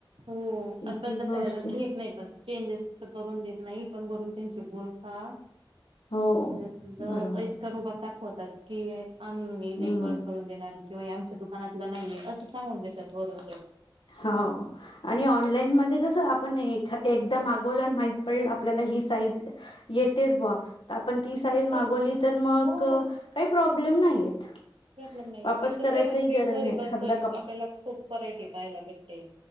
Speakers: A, on the right; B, on the left.
A: हो
B: किती
A: आणि पण तस
B: गोष्टी
A: घेत नाही पण चेंजेस करून देत नाही पण वरून त्यांचे बोल हा
B: हो
A: हो
B: बरोबर
A: ऐक करु बघतात दाखवतात की आ मी नाही
B: हम्म.
A: परत करून देणार किंवा आमच्या दुकानातलं नाहीये असं. सांगून देतात वरून.
B: हाव. आणि ऑनलाईन मध्ये कस आपण एखा एकदा मागवल माहित पडलं आपल्याला ही साईज येतेच बा. आपण ती साईज
A: हं, पण
B: मागवली तर मग
A: हो
B: काही प्रॉब्लेम नाही येत.
A: प्रॉब्लेम नाही
B: वापस
A: येत तसे
B: करायचही
A: म्हणजे
B: गरज
A: घरी बसून
B: समजा कप
A: आपल्याला खूप व्हरायटी पाहायला भेटते.